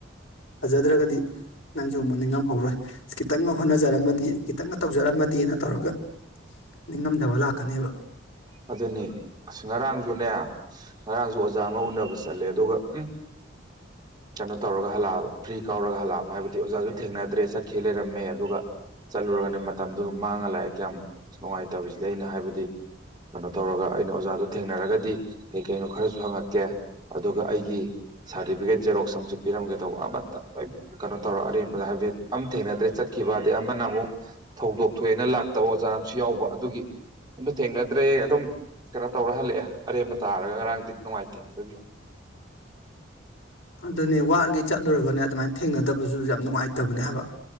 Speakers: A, on the left; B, on the right.
A: ꯐꯖꯗ꯭ꯔꯒꯗꯤ ꯅꯪꯁꯨ ꯑꯃꯨꯛ ꯅꯤꯡꯉꯝꯍꯧꯔꯣꯏ ꯑꯁ ꯈꯤꯇꯪꯒ ꯍꯣꯠꯅꯖꯔꯝꯃꯗꯤ ꯈꯤꯇꯪꯒ ꯇꯧꯖꯔꯝ ꯥꯃꯥꯗꯤꯅ ꯇꯧꯔꯒ ꯅꯤꯡꯉꯝꯗꯕ ꯂꯥꯛꯀꯅꯤꯕ
B: ꯑꯗꯨꯅꯤ ꯑꯁ ꯉꯔꯥꯡꯁꯨꯅꯦ ꯉꯔꯥꯡꯁꯨ ꯑꯣꯖꯥ ꯑꯃ ꯎꯅꯕ ꯆꯠꯂꯦ ꯑꯗꯨꯒ ꯎ ꯀꯩꯅꯣ ꯇꯧꯔ ꯍꯜꯂꯛꯑꯕ ꯐ꯭ꯔꯤ ꯀꯥꯎꯔꯒ ꯍꯜꯂꯛꯑꯕ ꯍꯥꯏꯕꯗꯤ ꯑꯣꯖꯥꯁꯨ ꯊꯦꯡꯅꯗ꯭ꯔꯦ ꯆꯠꯈꯤ ꯂꯩꯔꯝꯃꯦ ꯑꯗꯨꯒ ꯆꯠꯂꯨꯔꯒꯅꯦ ꯃꯇꯝꯗꯨ ꯃꯥꯡꯉ ꯂꯥꯛꯑꯦ ꯀꯌꯥꯝ ꯅꯨꯡꯉꯥꯏꯇꯕꯁꯤꯗꯤ ꯑꯩꯅ ꯍꯥꯏꯕꯗꯤ ꯀꯩꯅꯣ ꯇꯧꯔꯒ ꯑꯩꯅ ꯑꯣꯖꯥꯗꯣ ꯊꯦꯡꯅꯔꯒꯗꯤ ꯀꯩ ꯀꯩꯅꯣ ꯈꯔꯁꯨ ꯍꯪꯉꯛꯀꯦ ꯑꯗꯨꯒ ꯑꯩꯒꯤ ꯁꯥꯔꯇꯤꯐꯤꯀꯦꯠ ꯖꯦꯔꯣꯛꯁ ꯑꯃꯁꯨ ꯄꯤꯔꯝꯒꯦ ꯇꯧꯕ ꯑꯃꯠꯇ ꯀꯩꯅꯣ ꯇꯧꯔ ꯑꯔꯦꯝꯕꯗ ꯍꯥꯏꯕꯗꯤ ꯑꯝ ꯊꯦꯡꯅꯗ꯭ꯔꯦ ꯆꯠ ꯀꯈꯤꯕꯗꯦ ꯑꯃꯅ ꯑꯃꯨꯛ ꯊꯧꯗꯣꯛ ꯊꯣꯛꯑꯦꯅ ꯂꯥꯛꯇꯕ ꯑꯣꯖꯥ ꯑꯃꯁꯨ ꯌꯥꯎꯕ ꯑꯗꯨꯒꯤ ꯑꯝꯇ ꯊꯦꯡꯅ ꯠꯇ꯭ꯔꯦ ꯑꯗꯨꯝ ꯀꯩꯅꯣ ꯇꯧꯔ ꯍꯜꯂꯛꯑꯦ ꯑꯔꯦꯝꯕ ꯇꯥꯔꯒ ꯉꯔꯥꯡꯗꯤ ꯅꯨꯡꯉꯥꯏꯇꯦ ꯑꯗꯨꯕꯤꯌꯨ <inaudible>
A: ꯑꯗꯨꯅꯦ ꯋꯥꯈꯩ ꯆꯠꯂꯨꯔꯒꯅꯦ ꯑꯗꯨꯃꯥꯏꯅ ꯊꯦꯡꯅꯗꯕꯁꯨ ꯌꯥꯝ ꯅꯨꯡꯉꯥꯏꯇꯕꯅꯦ ꯍꯥꯏꯕ